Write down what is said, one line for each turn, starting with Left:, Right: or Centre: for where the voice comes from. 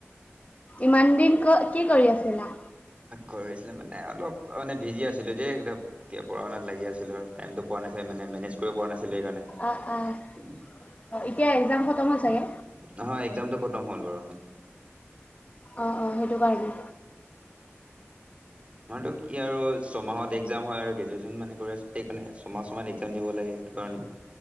Left: ইমান দিন কি কৰি আছিলা
Right: কৰিছিলে মানে অলপ মানে বিজি আছিলো যে ম পঢ়া শনাত লাগি আছিল আৰু। টাইমটো পোৱা না মানে মেনেজ কৰিব পৰা নাই।
Left: আহ আহ
Right: <unintelligible>
Left: অ' এতিয়া এক্জাম খতম হ'ল চাগে?
Right: <unintelligible> নহয় এক্জামটো খতম হ'ল বাৰু। <inaudible>
Left: অঁ', অঁ', সেইটো কাৰণে।
Right: মটো কি আৰু ছমাহত এক্জাম হয় আৰু গ্ৰেজুৱেচন মানে কৰি আছো সেইকাৰণে ছমাহ ছয়ম এক্াম দিব <unintelligible> লাগে কাৰণে?